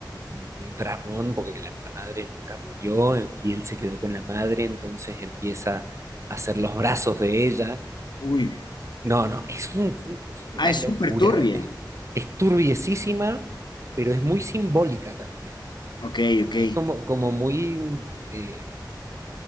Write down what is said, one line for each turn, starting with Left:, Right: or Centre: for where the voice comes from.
Right: un dramón porque la madre nunca murió eh, y él se quedó con la madre, entonces empieza a hacer los brazos de ella.
Left: Uy.
Right: No, no, es un- una
Left: Ah, es
Right: locura
Left: súper turbia.
Right: de película. Es turbiesísima, pero es muy simbólica también.
Left: Ok, ok.
Right: Es como, como muy, eh,